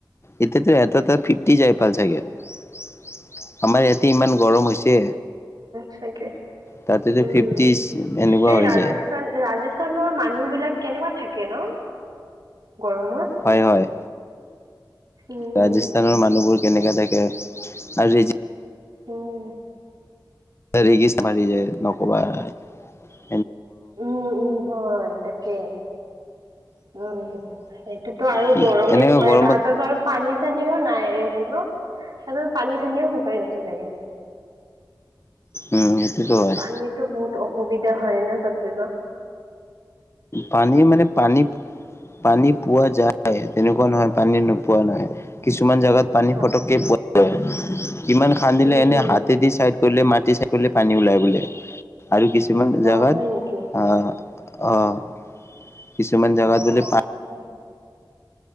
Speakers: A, on the left; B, on the right.
A: এতিয়া টো এহাৰ তাতে ফিফটি যায় পাল চাগে আমাৰ ইয়াতে ইমান গৰম হৈছে
B: ছাগে
A: তাতেতো
B: উম,
A: ফিফটি এনেকুৱা
B: এই
A: হৈ
B: ৰাজস্থান
A: যায়
B: -ৰাজস্থানৰ মানুহ বিলাক কেনেকুৱা থাকে ন'? গৰমত
A: হয় -হয়
B: উম
A: ৰাজস্থানৰ মানুহবোৰ কেনেকা থাকে আৰু ৰেজি
B: উম
A: ৰেগিছ মাৰি যায় নকবা আৰু
B: উম উম হয় তাকে উম সেইটোতো আৰু
A: কি
B: গৰমেই
A: এনেকুৱা
B: হয়
A: গৰমত
B: তাহাঁতো আৰু পানী চানিও নাই হে ন তাৰ পানী চানীও শুকাই গৈছে চাগে। <inaudible>
A: উম সেইটোতো হয়
B: পানীটো বহুত অসুবিধা হয় ন'তাতে টো
A: পানী মানে পানী- পানী পোৱা যায় পাই তেনেকুৱা নহয় পানী নোপোৱা নহয় কিছুমান জোগাত পানী
B: অ'।
A: ফটককে পোৱা যায়। ইমান খান্দিলে
B: উম,
A: এনে
B: উম,
A: হাতেদি চাইড কৰিলে মাটি চাইড কৰিলে পানী ওলাই বোলে। আৰু কিছুমান জেগাত
B: অ', হয় নেকি?
A: অহ - অহ কিছুমান জেগাত
B: অ',
A: বোলে পা
B: আচ্ছা।